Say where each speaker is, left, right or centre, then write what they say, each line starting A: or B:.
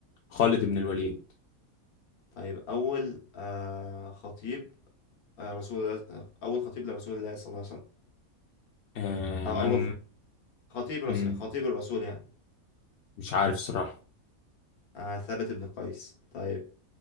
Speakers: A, on the left; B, on the left.
A: خالد بن الوليد
B: طيب أول آه خطيب آه رسول الله أول خطيب لرسول الله صلى الله عليه وسلم
A: آه،
B: أو
A: من
B: أول خ- خطيب رس...
A: مم.
B: خطيب الرسول يعني
A: مش عارف صراحة
B: آه ثابت بن قيس طيب